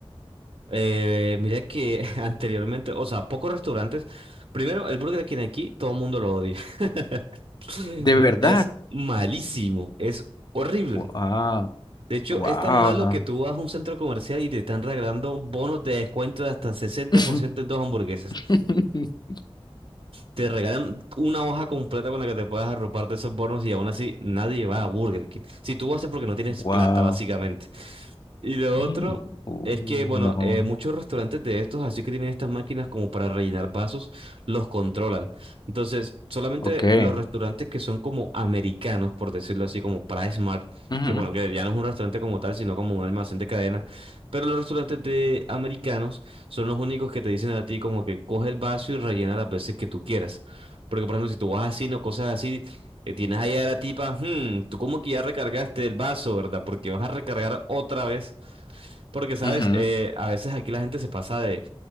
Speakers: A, on the right; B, on the left.
A: eh, mira que <laughs> anteriormente, o sea, pocos restaurantes. Primero, el Burger King aquí, todo el mundo lo odia. <laughs>
B: De verdad.
A: Es malísimo, es horrible.
B: Wow,
A: De hecho,
B: wow,
A: es tan malo
B: no.
A: que tú vas a un centro comercial y te están regalando bonos de descuento de hasta 60%
B: <laughs>
A: en dos hamburguesas.
B: <laughs>
A: Te regalan una hoja completa con la que te puedas arropar de esos bonos y aún así nadie va a Burger King. Si tú vas es porque no tienes
B: Wow.
A: plata, básicamente. Y lo
B: Hey.
A: otro
B: Oh,
A: es que, bueno,
B: no.
A: eh, muchos restaurantes de estos, así que tienen estas máquinas como para rellenar vasos, los controlan. Entonces, solamente
B: Okay.
A: los restaurantes que son como americanos, por decirlo así, como para Smart,
B: Ujú,
A: que bueno, que ya no es un restaurante como tal, sino como un almacén de cadena, pero los restaurantes de americanos son los únicos que te dicen a ti como que coge el vaso y rellena las veces que tú quieras. Porque, por ejemplo, si tú vas así, no cosas así, eh, tienes ahí a la tipa, "Hmm, tú como que ya recargaste el vaso, ¿verdad? Porque vas a recargar otra vez. Porque, ¿sabes?
B: ujú,
A: Eh, a veces aquí la gente se pasa de,